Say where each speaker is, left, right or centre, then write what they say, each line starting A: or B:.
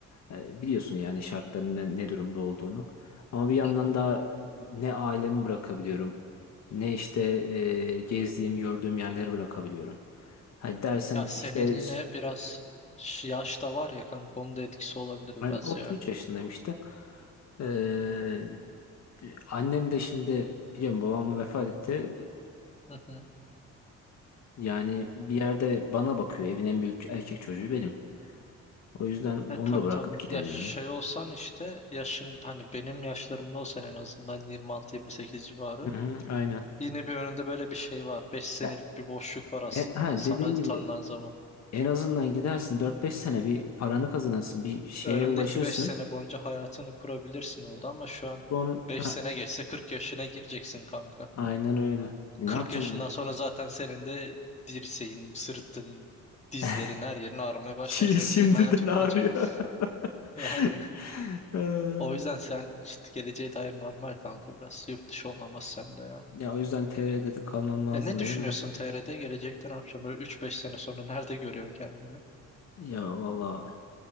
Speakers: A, on the left; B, on the left.
A: E, biliyorsun yani şartların ne, ne durumda olduğunu. Ama bir yandan
B: Hı hı.
A: da ne ailemi bırakabiliyorum ne işte e, gezdiğim gördüğüm yerleri bırakabiliyorum. Hani dersen
B: Ya
A: ki
B: senin
A: işte
B: yine biraz ş- yaş da var ya kanka onun da etkisi olabilir
A: Aynen
B: biraz
A: 33
B: ya.
A: yaşındayım işte. Ee, annem de şimdi biliyorum babam vefat etti.
B: Hı hı.
A: Ee, yani bir yerde bana bakıyor. Evin en büyük erkek çocuğu benim. O yüzden
B: Ya
A: onu
B: tabii
A: da bırakıp
B: tabii.
A: gidemiyorum.
B: Ya şey olsan işte yaşın hani benim yaşlarımda olsan en azından 26-28 civarı.
A: Hı hı, aynen.
B: Yine bir önünde böyle bir şey var. beş senelik
A: Ya,
B: bir boşluk var aslında
A: e, ha,
B: sana
A: dediğin gibi
B: tanınan zaman.
A: en azından gidersin dört beş sene bir paranı kazanırsın. Bir şeye
B: Önündeki
A: ulaşırsın.
B: 5 sene boyunca hayatını kurabilirsin orada ama şu an
A: Sonra,
B: 5
A: ha,
B: sene geçse 40 yaşına gireceksin kanka.
A: aynen öyle. E,
B: kırk
A: Ne yapacağım
B: yaşından
A: onu?
B: sonra zaten senin de dirseğin, sırtın, dizlerin
A: <laughs>
B: her yerin ağrımaya başlayacak.
A: Şi-
B: Senin
A: Şimdiden
B: de elin ayağın tutmayacak.
A: ağrıyor.
B: <laughs> Yani
A: <laughs> Ee,
B: O yüzden sen işte geleceğe dair normal kanka biraz. Yurt dışı olmaması sende ya.
A: Ya o yüzden TR'de de kalmam lazım
B: E ne
A: benim
B: düşünüyorsun
A: de.
B: TR'de? Gelecekte ne yapacağım? Böyle üç beş sene sonra nerede görüyorsun kendini?
A: Ya valla